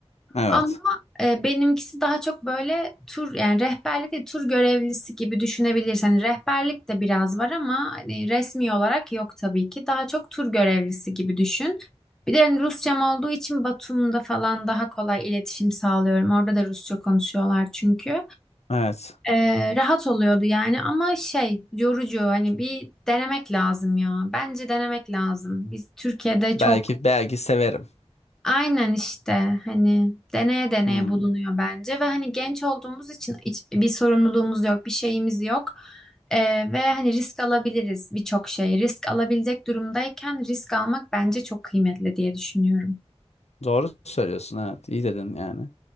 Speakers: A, on the left (about 75°); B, in the centre.
A: evet.
B: Ama e, benimkisi daha çok böyle tur yani rehberlik de tur görevlisi gibi düşünebilirsin. Hani rehberlik de biraz var ama hani resmi olarak yok tabii ki. Daha çok tur görevlisi gibi düşün. Bir de hani Rusçam olduğu için Batum'da falan daha kolay iletişim sağlıyorum. Orada da Rusça konuşuyorlar çünkü.
A: Evet.
B: E, rahat oluyordu yani ama şey yorucu hani bir denemek lazım ya. Bence denemek lazım. Biz Türkiye'de
A: Belki
B: çok
A: belki severim.
B: Aynen işte hani deneye deneye
A: Hmm.
B: bulunuyor bence ve hani genç olduğumuz için hiç bir sorumluluğumuz yok, bir şeyimiz yok. Ee, ve hani risk alabiliriz birçok şey. Risk alabilecek durumdayken risk almak bence çok kıymetli diye düşünüyorum.
A: Doğru söylüyorsun evet. İyi dedin yani.